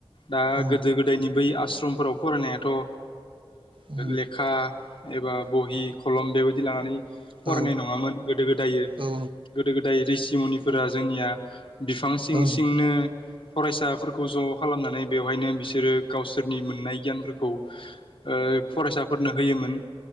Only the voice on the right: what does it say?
औ
उम
औ
औ उम
औ उम औ